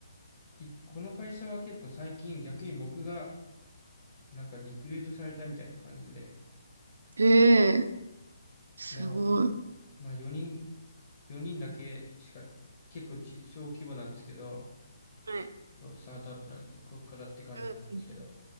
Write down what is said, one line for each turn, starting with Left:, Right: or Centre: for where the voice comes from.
Left: いこの会社は結構最近逆に僕がなんかリクルートされたみたいな感じで、
Right: ええすごい。
Left: でも、まあ4人、4人だけしか、結構ち小規模なんですけど、
Right: はい。
Left: そうスタートアップなんで、こっからって感じなんですけど、
Right: うん、